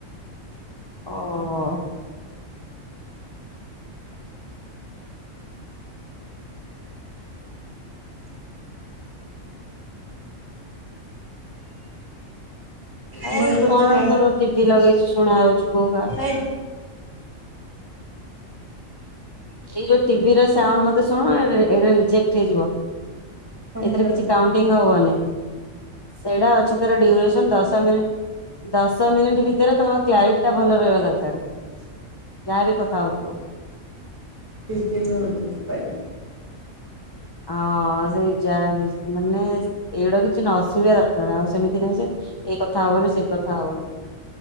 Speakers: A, on the left; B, on the right.
A: ଓହୋ। ଆଉ
B: ମୋର
A: ଆଜି
B: ତ
A: କଣ
B: ଛୁଆ
A: ତୋର ଟିଭି ଲଗେଇଛୁ ଶୁଣା ଯାଉଛି ଘୋ ଘା?
B: ହ
A: ଏଇ ଯୋଉ ଟିଭି ର ସାଉଣ୍ଡ ମତେ ଶୁଣା ଯାଉଛି ଏଇଟା ରିଜେକ୍ଟ ହେଇଯିବ।
B: କମିଗଲା।
A: ଏଥିରେ କିଛି କାଉଣ୍ଟିଙ୍ଗ ହବନି ସେଇଟା ଅଛି ତାର ଡିରେସନ ଦଶ ମିନିଟ। ଦଶ ମିନିଟ୍ ଭିତରେ ତମ କ୍ଲାରିଟି ଟା ଭଲ ରହିବା ଦରକାର। ଯାହାବି କଥା ହଉଥିବ?
B: <inaudible>
A: ହଁ ସେଇ ଯାହା ବି ମାନେ ଏଇଗୁଡା କିଛି ନଶୁଭିବା ଦରକାର ଆଉ ସେମିତି ନାହିଁ ଯେ ଏ କଥା ହବାନି ସେ କଥା ହବାନି।